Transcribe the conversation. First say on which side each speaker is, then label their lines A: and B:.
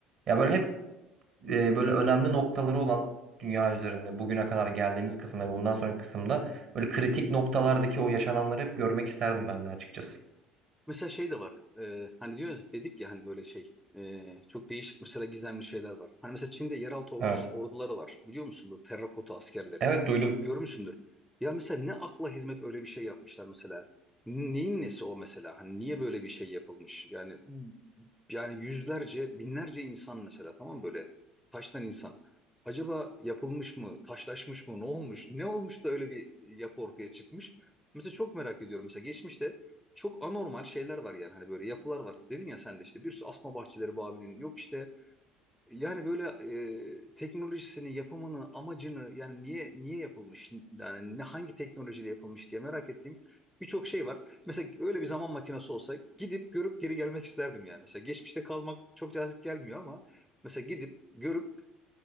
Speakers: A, on the right; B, in the centre.
A: Ya böyle hep e, böyle önemli noktaları olan dünya üzerinde bugüne kadar geldiğimiz kısımda ve bundan sonraki kısımda böyle kritik noktalardaki o yaşananları hep görmek isterdim ben de açıkçası.
B: Mesela şey de var. E, hani diyoruz dedik ya hani böyle şey. e, çok değişik mesela gizemli şeyler var. Hani mesela Çin'de yeraltı ordusu,
A: Evet.
B: orduları var. Biliyor musun bu terrakota askerleri?
A: Evet duydum.
B: Görmüşsündür. Ya mesela ne akla hizmet öyle bir şey yapmışlar mesela. Neyin nesi o mesela? Hani niye böyle bir şey yapılmış? Yani yani yüzlerce, binlerce insan mesela tamam mı? böyle taştan insan. Acaba yapılmış mı, taşlaşmış mı, ne olmuş, ne olmuş da öyle bir yapı ortaya çıkmış? Mesela çok merak ediyorum. Mesela geçmişte çok anormal şeyler var yani hani böyle yapılar var. Dedin ya sen de işte bir sürü asma bahçeleri Babil'in yok işte yani böyle e, teknolojisini, yapımını, amacını yani niye niye yapılmış yani ne hangi teknolojide yapılmış diye merak ettiğim birçok şey var. Mesela öyle bir zaman makinesi olsa gidip görüp geri gelmek isterdim yani. Mesela geçmişte kalmak çok cazip gelmiyor ama mesela gidip görüp